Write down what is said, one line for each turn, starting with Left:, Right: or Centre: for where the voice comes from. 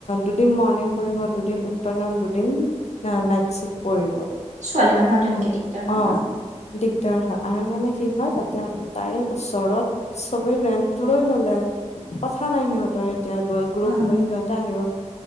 Left: দুদিন মৰ্ণিং পৰিব, দুদিন আফটাৰনন দুদিন। ন নাইট চিফ্ট পৰিব।
Right: ছোৱালী মানুহ অটো
Left: উম।
Right: এনেকে দিগদাৰ হয়
Left: অ
Right: ন'।
Left: দিগদাৰ হয় আৰু মানে কি হয় তাতে, তাৰে ওচৰত চবে ৰেন্ট লৈ ললে। কথা নাই সিহঁতৰ এতিয়া গ্ৰুপ
Right: উম
Left: হৈ সিহঁতে আহিব।